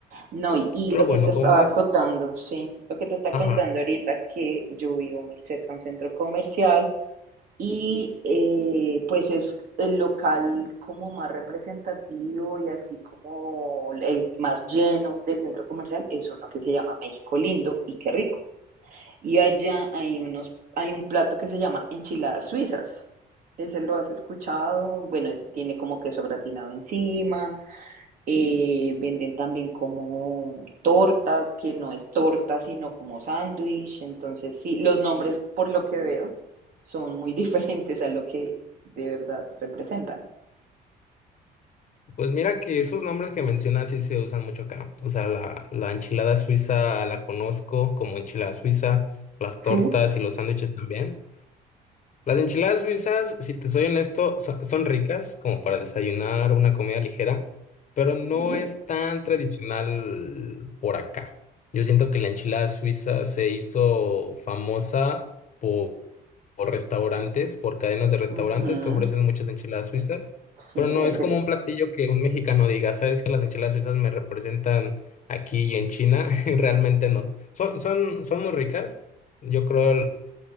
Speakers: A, on the right (about 55°); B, on the left (about 45°).
A: No, y, y
B: Pero
A: lo
B: bueno,
A: que te
B: como
A: estaba
B: más,
A: contando, sí, lo que te está
B: ajá,
A: contando ahorita, que yo vivo muy cerca a un centro comercial y eh, pues es el local como más representativo y así como el más lleno del centro comercial es uno que se llama México Lindo y qué rico. Y allá hay unos, hay un plato que se llama enchiladas suizas. Ese lo has escuchado, bueno, ese tiene como queso gratinado encima eh, venden también como tortas, que no es torta, sino como sándwich. Entonces, sí, los nombres, por lo que veo, son muy <laughs> diferentes a lo que de verdad representan.
B: pues mira que esos nombres que mencionas sí se usan mucho acá. O sea, la, la enchilada suiza la conozco como enchilada suiza, las tortas
A: Sí,
B: y los sándwiches también. Las enchiladas suizas, si te soy honesto, so- son ricas como para desayunar una comida ligera, pero no
A: Sí,
B: es tan tradicional por acá. Yo siento que la enchilada suiza se hizo famosa por, por restaurantes, por cadenas de restaurantes
A: ujú,
B: que ofrecen muchas enchiladas suizas,
A: sí,
B: pero no
A: es
B: es como
A: el.
B: un platillo que un mexicano diga, ¿sabes que las enchiladas suizas me representan aquí y en China? <laughs> Realmente no. Son, son, son muy ricas. Yo creo